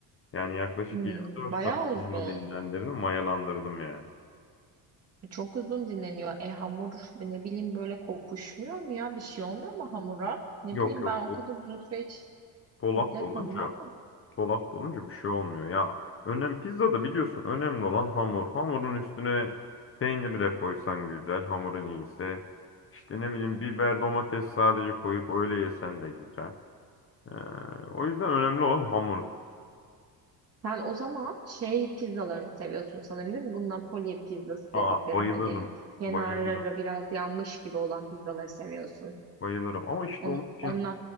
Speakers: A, on the left; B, on the right.
A: Yani yaklaşık
B: Hmm,
A: 24
B: bayağı
A: saat
B: uzun.
A: sonra dinlendirdim, mayalandırdım yani.
B: Çok uzun dinleniyor. E hamur ne bileyim böyle kokuşmuyor mu ya? Bir şey olmuyor mu hamura? Ne
A: Yok
B: bileyim
A: yok,
B: ben o
A: do-
B: kadar uzun süre hiç
A: dolap
B: bekletmedim
A: dolunca,
B: ama.
A: dolap dolunca bir şey olmuyor. Ya önem pizzada biliyorsun önemli olan hamur. Hamurun üstüne peyniri de koysan güzel, hamurun iyiyse. İşte ne bileyim biber, domates sadece koyup öyle yesen de güzel. Ee, o yüzden önemli olan hamur.
B: Sen o zaman şey pizzalarını seviyorsun sanırım değil mi? Bu Napoli pizzası
A: Aa
B: dedikleri
A: bayılırım,
B: hani kenarları
A: bayılırım,
B: biraz yanmış gibi olan pizzaları seviyorsun.
A: bayılırım. Ama işte onun
B: On,
A: için
B: onunla.